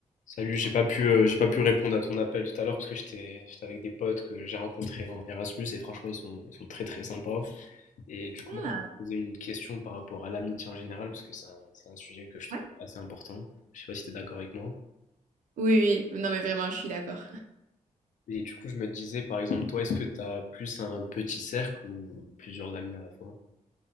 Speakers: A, on the left; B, on the right.
A: Salut, j'ai pas pu, euh, j'ai pas pu répondre à ton appel tout à l'heure parce que j'étais j'étais avec des potes que j'ai rencontrés en Erasmus et franchement ils sont, ils sont très très sympas. Et du coup,
B: Ah,
A: même, je me posais une question par rapport à l'amitié en général parce que c'est un, c'est un sujet que je trouve
B: ouais.
A: assez important. Je sais pas si tu es d'accord avec moi.
B: Oui, oui, non mais vraiment, je suis d'accord.
A: Et du coup, je me disais par exemple, toi, est-ce que tu as plus un petit cercle ou plusieurs amis à la fois?